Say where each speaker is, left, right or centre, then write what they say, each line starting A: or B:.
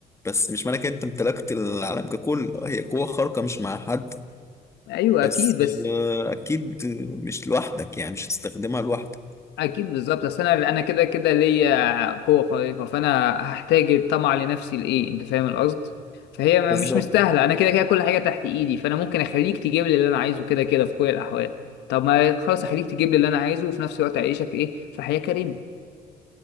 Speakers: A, on the left (about 15°); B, on the left (about 90°).
A: بس مش معنى كده أنت امتلكت العالم ككل آه، هي قوة خارقة مش مع حد
B: ايوه
A: بس
B: اكيد بس
A: آه، أكيد مش لوحدك يعني مش هتستخدمها لوحدك
B: اكيد بالظبط اصل انا انا كده كده ليا قوة خارقة فانا هحتاج الطمع لنفسي لايه انت فاهم القصد فهي ما-
A: بالظبط
B: مش مستاهلة انا كده كده كل حاجة تحت ايدي فانا ممكن اخليك تجيب لي اللي انا عايزه كده كده في كل الاحوال طب ما خلاص اخليك تجيب لي اللي انا عايزه وفي نفس الوقت اعيشك ايه في حياة كريمة